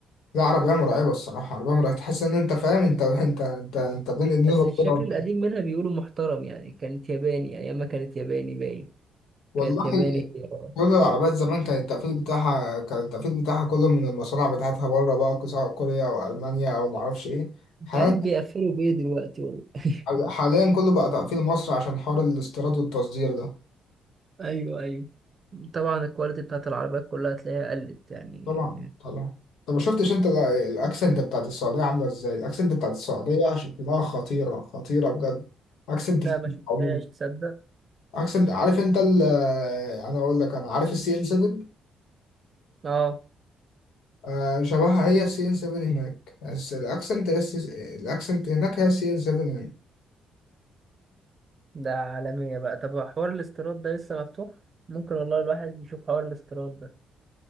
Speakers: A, on the left (about 80°); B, on the right (about 40°).
A: لا عربية مرعبة الصراحة عربية مرعبة تحس إن أنت فاهم أنت أنت أنت أنت بين إيدين
B: بس
A: ربنا
B: الشكل القديم منها بيقولوا محترم يعني كانت ياباني ايام ما كانت ياباني باين
A: والله
B: كانت ياباني هي آه.
A: كل العربيات زمان كان التقفيل بتاعها كان التقفيل بتاعها كله من المصانع بتاعتها بره بقى سواء كوريا أو ألمانيا أو معرفش إيه
B: مش
A: حاليا
B: عارف بيقفلوا بايه دلوقتي والله <laughs>
A: حاليا كله بقى تقفيل مصر عشان حوار الاستيراد والتصدير ده
B: ايوه ايوه طبعا الكواليتي بتاعت العربيات كلها هتلاقيها قلت يعني
A: طبعا طبعا طب ما شفتش أنت ال- الأكسنت بتاعت السعودية عاملة إزاي؟ الأكسنت بتاعت السعودية شكلها خطيرة خطيرة بجد أكسنت
B: لا ما شفتهاش
A: عموما
B: تصدق
A: أكسنت عارف أنت ال أنا أقول لك أنا عارف السي إن 7
B: اه
A: آه شبهها هي السي إن 7 هناك بس الأكسنت هي السي الأكسنت هناك هي السي إن 7
B: ده عالمية بقى طب هو حوار الاستيراد ده لسه مفتوح ممكن والله الواحد يشوف حوار الاستيراد ده